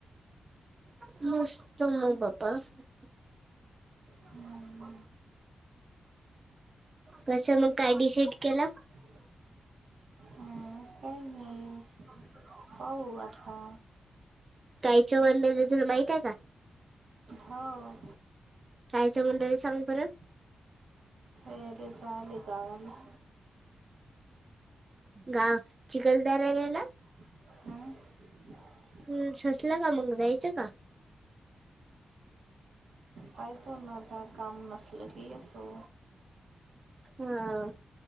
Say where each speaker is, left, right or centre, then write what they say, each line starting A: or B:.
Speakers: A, on the right; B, on the right.
A: <unintelligible>
B: हम्म,
A: कसं मग काय डिसाईड केलं?
B: <inaudible> हम्म काय नाही. पाहू आता
A: काहीच्या <unintelligible> तुला माहिती का?
B: हाव.
A: <unintelligible>
B: येले चाले गवाला.
A: गाव चिखलदारले गेलं.
B: अं?
A: हम्म. सुचल का मग, जायचं का?
B: काय तो ना आता काम नसलं की येतो.
A: हा.